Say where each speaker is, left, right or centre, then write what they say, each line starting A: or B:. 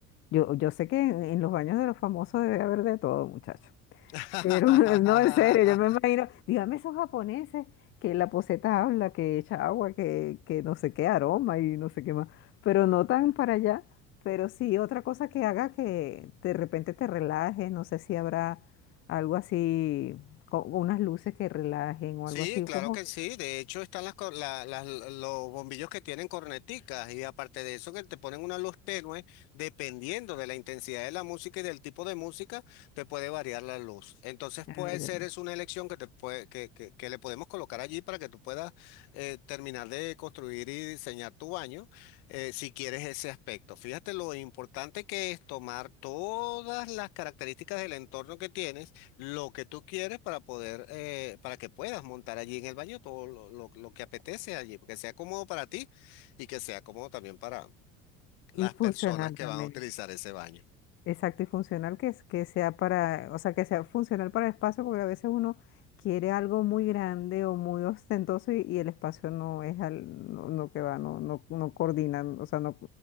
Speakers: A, on the left; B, on the left.
A: Yo, yo sé que en, en los baños de los famosos debe haber de todo, muchacho.
B: <laughs>
A: Pero <laughs> no, en serio, yo me imagino, dígame esos japoneses que la poseta habla, que echa agua, que, que no sé qué aroma y no sé qué más, pero no tan para allá, pero sí otra cosa que haga que de repente te relajes, no sé si habrá algo así, co- unas luces que relajen o
B: Sí,
A: algo así,
B: claro
A: como,
B: que sí. De hecho, están las, cor- la- las- los bombillos que tienen corneticas y aparte de eso que te ponen una luz tenue, dependiendo de la intensidad de la música y del tipo de música, te puede variar la luz. Entonces
A: ah,
B: puede
A: ya,
B: ser es una elección que, te puede, que, que, que le podemos colocar allí para que tú puedas eh, terminar de construir y diseñar tu baño eh, si quieres ese aspecto. Fíjate lo importante que es tomar todas las características del entorno que tienes lo que tú quieres para poder, eh, para que puedas montar allí en el baño todo lo, lo- lo que apetece allí, porque sea cómodo para ti y que sea cómodo también para las
A: y funcional
B: personas que
A: también.
B: van a utilizar ese baño.
A: Exacto, y funcional que, es- que sea para, o sea, que sea funcional para el espacio, porque a veces uno quiere algo muy grande o muy ostentoso y, y el espacio no es al, no, no que va, no, no, no coordina, o sea, no,